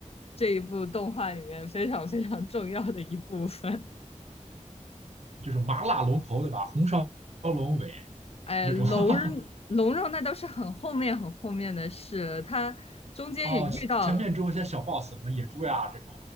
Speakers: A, on the left; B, on the right.
A: 这一部动画里面非常非常重要的一部分。
B: 就是麻辣龙头，对吧？红烧龙尾
A: 哎，
B: 这种。
A: 龙
B: <laughs>
A: 龙肉那都是很后面很后面的事，他中间也遇到，
B: 哦，前面只有一些小 boss，什么野猪呀这种，